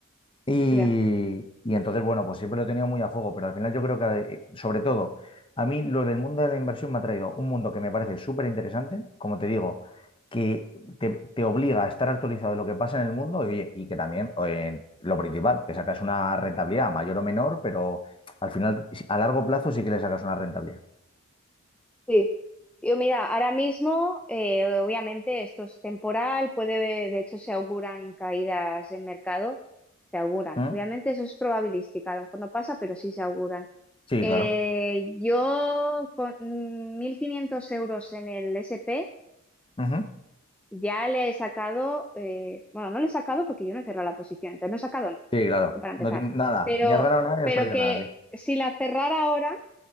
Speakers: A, on the left; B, in the centre.
A: Y,
B: ya.
A: y entonces, bueno, pues siempre lo he tenido muy a fuego, pero al final yo creo que, eh, sobre todo, a mí lo del mundo de la inversión me ha traído un mundo que me parece súper interesante, como te digo, que te, te obliga a estar actualizado de lo que pasa en el mundo y, oye, y que también, eh, lo principal, que sacas una rentabilidad mayor o menor, pero al final, si, a largo plazo sí que le sacas una rentabilidad.
B: Sí, yo mira, ahora mismo eh, obviamente esto es temporal, puede, de hecho se auguran caídas en mercado, se auguran.
A: ¿Mm?
B: Obviamente eso es probabilística, a lo mejor no pasa, pero sí se auguran.
A: Sí,
B: Eh,
A: claro.
B: yo con mm, 1.500 euros en el SP
A: Ujú.
B: ya le he sacado, eh, bueno, no le he sacado porque yo no he cerrado la posición, entonces no he sacado, no,
A: Sí, claro.
B: para empezar,
A: No te- nada,
B: pero,
A: ni has ganado nada ni
B: pero
A: has perdido
B: que
A: nada, sí.
B: si la cerrara ahora